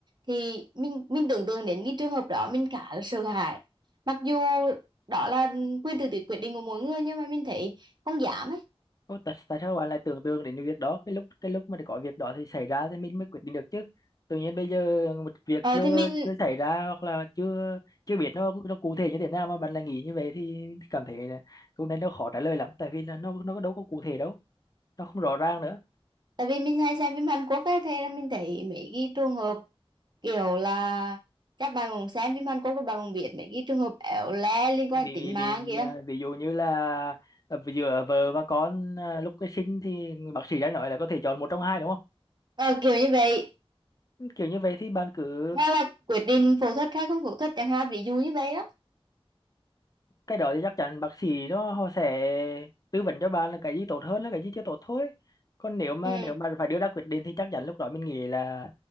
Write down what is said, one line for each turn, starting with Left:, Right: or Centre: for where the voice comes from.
Right: thì mình mình tưởng tượng đến cái trường hợp đó mình khá là sợ hãi mặc dù đó là quyền tự quyết định của mỗi người nhưng mà mình thấy không dám ấy
Left: Ô, tại, tại sao bạn lại tưởng tượng đến việc đó cái lúc cái lúc mà có việc đó thì xảy ra thì mình mới quyết định được chứ tự nhiên bây giờ một việc
Right: ờ,
Left: chưa
Right: thì mình
Left: chưa xảy ra hoặc là chưa chưa biết nó nó cụ thể như thế nào mà bạn lại nghĩ như vậy thì mình cảm thấy là câu này nó khó trả lời lắm tại vì là nó nó đâu có cụ thể đâu nó không rõ ràng nữa
Right: tại vì mình hay xem phim Hàn Quốc ấy thế là mình thấy mấy cái trường hợp kiểu là các bạn cũng xem phim Hàn Quốc các bạn cũng biết mấy cái trường hợp éo le liên
Left: vì
Right: quan đến tính mạng
Left: vì
Right: kìa
Left: à, ví dụ như là à, giữa vợ và con à, lúc cái sinh thì bác sĩ đã nói là có thể chọn một trong hai đúng không
Right: ờ, kiểu như vậy
Left: kiểu như vậy thì bạn cứ
Right: hoặc là quyết định phẫu thuật hay không phẫu thuật chẳng hạn ví dụ như vậy đó
Left: cái đó thì chắc chắn bác sĩ nó họ sẽ tư vấn cho bạn là cái gì tốt hơn là cái gì chưa tốt thôi còn nếu mà
Right: ừ
Left: nếu mà phải đưa ra quyết định thì chắc chắn lúc đó mình nghĩ là